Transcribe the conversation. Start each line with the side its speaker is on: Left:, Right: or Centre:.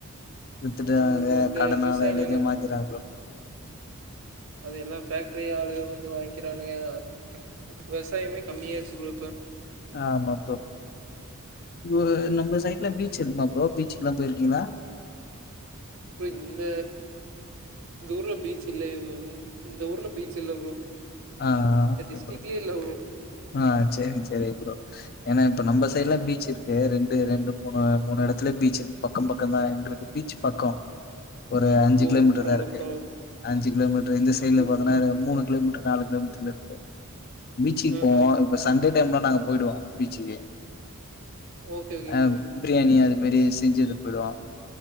Left: வித்துட்டு
Right: ஆமா ப்ரோ. இப்ப
Left: கடனால
Right: விவசாய
Left: எல்லாத்தையு
Right: நிலம்
Left: மாத்திர்றாங்க ப்ரோ
Right: அது எல்லா ஃபேக்ட்டரி ஆளுக வந்து வாய்ங்கிறானுங்க அ விவசாயமே கம்மியாயிருச்சி ப்ரோ இப்ப
Left: ஆமா ப்ரோ வ
Right: ம்.
Left: நம்ம சைட்ல பீ ச்சு இருக்குமா ப்ரோ பீச்சுக்குல்லா போயிருக்கீங்களா
Right: ப்ரோ இந்த இந்த ஊர்ல பீச் இல்லையே இந் இந்த ஊர்ல பீச் இல்ல ப்ரோ
Left: ஆ ஆ
Right: இந்த
Left: ஓகே
Right: டிஸ்ட்ரிக்லயே
Left: ப்ரோ
Right: இல்ல ப்ரோ.
Left: ஆ சேரிங் சேரி ப்ரோ ஏன்னா இப்ப நம்ப சைட்லா
Right: ஆ.
Left: பீச் இருக்கு ரெண் டு ரெண்டு மூணு மூணு எடத்துல பீச் இருக் பக்கம் பக்கந்தா எங்களுக்கு பீச் பக்கொ ஒரு அஞ்சி
Right: ஓ
Left: கிலோமீட்டர்தா
Right: பரவால்ல,
Left: இருக்கு
Right: பரவால்ல ப்ரோ.
Left: அஞ்சு கிலோமீட்டர் இந்த சைட்ல
Right: சூப்பர்.
Left: பாத்தன்னா ஒரு மூணு கிலோமீட்டர் நாலு கிலோமீட்டர்ல இருக்கு பீச்சிக்கு
Right: ஆஹா.
Left: போவோம் இப்ப சன் டே டைம்ல நாங்க போய்டுவோ பீச்சுக்கு
Right: ஓகே, ஓகேங்க
Left: அ
Right: ப்ரோ.
Left: பிரியாணி அது இந்த மாரி செஞ்சு எடுத்து போயிடுவோ